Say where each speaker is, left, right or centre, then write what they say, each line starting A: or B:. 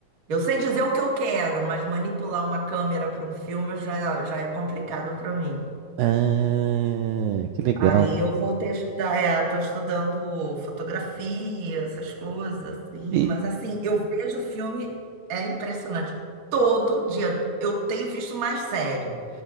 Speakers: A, on the right (about 50°); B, on the right (about 85°).
A: Eu sei dizer o que eu quero, mas manipular uma câmera para um filme já, já é complicado para mim.
B: Ah, que legal.
A: Aí eu voltei a estudar, é, tô estudando fotografia, essas coisas, assim,
B: E
A: mas assim, eu vejo filme, é impressionante. Todo dia. Eu tenho visto mais série,